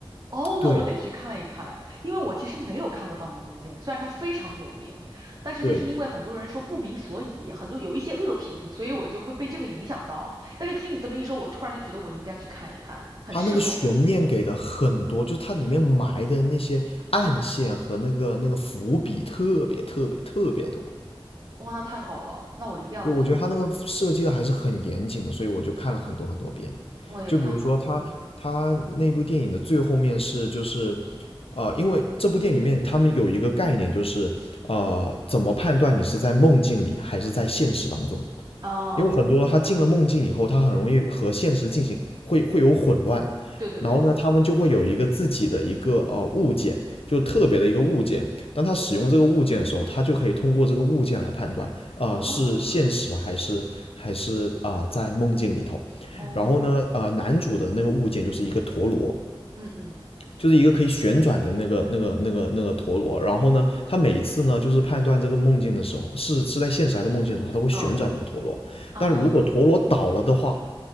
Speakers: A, on the right; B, on the left.
A: 哦，那我得去看一看，
B: 对
A: 因为我其实没有看过《盗梦空间》，虽然它非常有名，但是就是因为很多人说不明所以，
B: 对。
A: 很多有一些恶评，所以我就会被这个影响到。但是听你这么一说，我突然就觉得我应该去看一看，很适合我。
B: 它那个悬念给的很多，就是它里面埋的那些暗线和那个那个伏笔特别特别特别多。
A: 哇，那太好了，那我一定要再去，
B: 就我觉得他那个设计的还是很严谨的，
A: 我
B: 所以我就看了很多很多遍。
A: 我也太好，
B: 就比如说他他那部电影的最后面是就是，
A: 嗯，
B: 呃，因为这部电影里面他们有一个概念，就是呃，怎么判断你是在梦境里还是在现实当中？
A: 啊，
B: 因为很多他进了梦境以后，他很容易和现实进行会会有混乱，
A: 对对对，
B: 然后呢，他们就会有一个自己的一个呃物件，就特别的一个物件。当他使用这个物件的时候，他就可以通过这个物件来判断，呃，
A: 啊，
B: 是现实还是还是啊、呃在梦境里头。
A: 哦，
B: 然后呢，呃，男主的那个物件就是一个陀螺，
A: 嗯嗯
B: 就是一个可以旋转的那个那个那个那个陀螺。然后呢，他每次呢就是判断这个梦境的时候，是是在现实还是梦境的时候，他会旋转那个陀螺。
A: 嗯，啊，
B: 但如果陀螺倒了的话，
A: 哦。